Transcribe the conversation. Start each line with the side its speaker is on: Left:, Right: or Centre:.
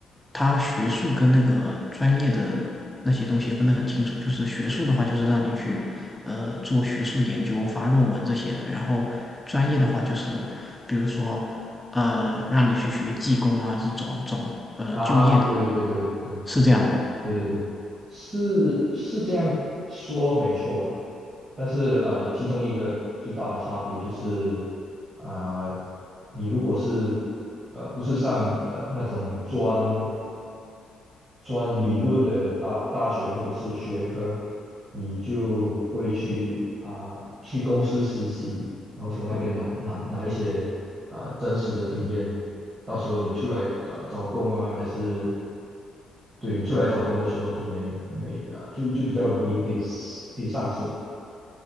Centre: 它学术跟那个专业的那些东西分得很清楚，就是学术的话就是让你去呃做学术研究、发论文这些的，然后专业的话就是比如说呃让你去学技工啊，这找找呃就业的，
Right: 啊，对对对对对对对对，
Centre: 是这样的吗？
Right: 是是这样说没错啊。但是呃，其中一个最大的差别就是啊、你如果是呃不是上呃那种专专理论的大大学或者是学科，你就会去啊、去公司实习，然后从那边拿拿拿一些啊、真实的经验，到时候你出来呃找工啊，还是对你出来找工的时候就没没啊、就就比较容易可以 s- 可以上手，